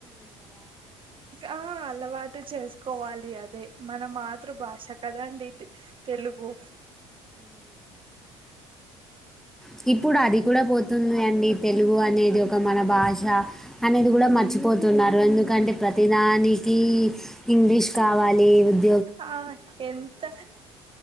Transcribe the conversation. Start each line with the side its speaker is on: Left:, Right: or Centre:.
Right: ఆ అలవాటు చేసుకోవాలి అదే మన మాతృభాష కదండి, తె తెలుగు.
Centre: ఇప్ ఇప్పుడు అది కూడ పోతుంది అండి. తెలుగు అనేది ఒక మన భాష, అనేది కూడా మర్చిపోతుంద్ తున్నారు ఎందుకంటే ప్రతిదానికి ఇంగ్లీష్ కావాలి రుద్
Right: ఆ ఎంత,